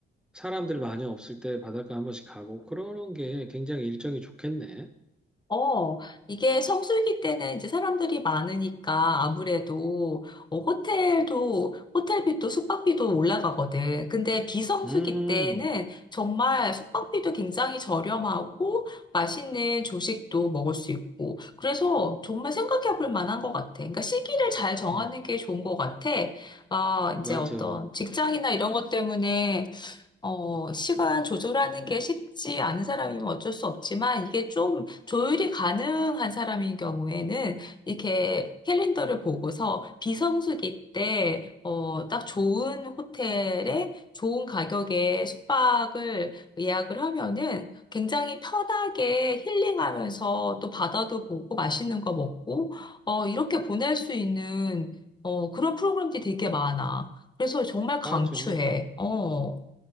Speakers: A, in the centre; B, on the left.
A: 사람들 많이 없을 때 바닷가 한 번씩 가고 그러는 게 굉장히 일정이 좋겠네.
B: 어, 이게 성수기 때는 이제 사람들이 많으니까 아무래도 어, 호텔도, 호텔비도 숙박비도 올라가거든. 근데 비성수기
A: 음.
B: 때는 정말 숙박비도 굉장히 저렴하고 맛있는 조식도 먹을 수 있고. 그래서 정말 생각해 볼 만한 것 같아. 그러니까 시기를 잘 정하는
A: 음.
B: 게 좋은 것 같아. 아, 이제
A: 맞아.
B: 어떤 직장이나 이런 것 때문에 어, 시간 조절하는 게 쉽지 않은 사람이면 어쩔 수 없지만 이게 좀 조율이 가능한 사람인 경우에는 이렇게 캘린더를 보고서 비성수기 때, 어, 딱 좋은 호텔에 좋은 가격에 숙박을 예약을 하면은 굉장히 편하게 힐링하면서 또 바다도 보고 맛있는 거 먹고, 어, 이렇게 보낼 수 있는, 어, 그런 프로그램들이 되게 많아. 그래서 정말 강추해.
A: 맞아. 음,
B: 어.